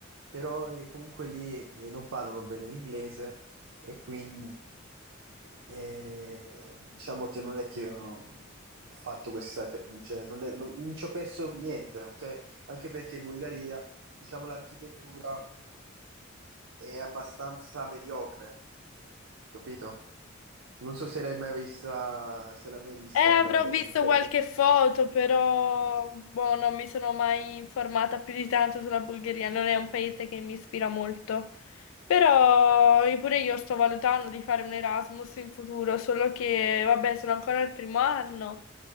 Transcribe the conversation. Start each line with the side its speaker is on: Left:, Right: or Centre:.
Right: però eh, comunque lì eh, non parlano bene l'inglese e quindi eh, diciamo che non è che ho ho fatto questa, cioè non è- non- non ci ho perso niente, ok? Anche perché in Bulgaria, diciamo, l'architettura è abbastanza mediocre, capito? Non so se l'hai mai vista, se l'hai mai vista,
Left: Eh, avrò
Right: l- l-
Left: visto
Right: la-
Left: qualche foto, però boh, non mi sono mai informata più di tanto sulla Bulgaria, non è un paese che mi ispira molto. Però eh, pure io sto valutando di fare un Erasmus in futuro, solo che vabbè, sono ancora al primo anno,